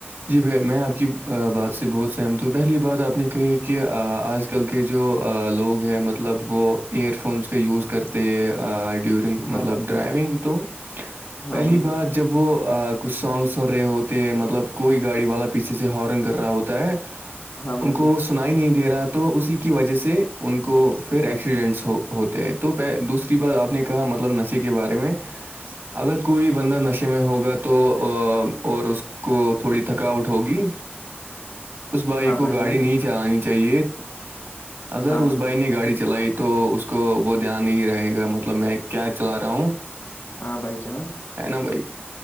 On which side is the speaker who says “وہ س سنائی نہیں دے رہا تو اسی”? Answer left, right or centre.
Right